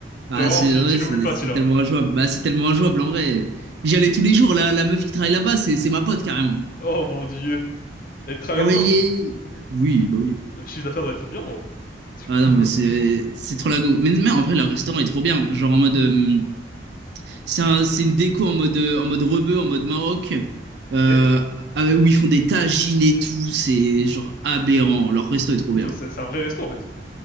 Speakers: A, on the right (about 65°); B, on the left (about 50°).
A: Bah,
B: C'est vraiment,
A: c'est
B: tu,
A: vrai,
B: tu l'oublies
A: c'est
B: pas,
A: c'est
B: celui-là.
A: tellement injouable. Bah, c'est tellement injouable, en vrai. J'y allais tous les jours. La, la meuf qui travaille là-bas, c'est c'est ma pote, carrément.
B: Oh, mon Dieu. Elle travaille
A: Elle
B: encore?
A: m'a dit, Oui, bah oui.
B: Le chiffre d'affaires doit être bien, ouais. Putain,
A: Ah non,
B: quoi,
A: mais c'est
B: ça beau.
A: c'est trop la go. Mais, mais en vrai, leur restaurant est trop bien. Genre en mode. euh, C'est un- c'est une déco en mode, euh, en mode rebeu, en mode Maroc, euh,
B: Ok. Attends,
A: avec- où ils font des tagines et tout. C'est genre aberrant. Leur resto est trop bien.
B: mais c'est c'est un vrai resto, en fait.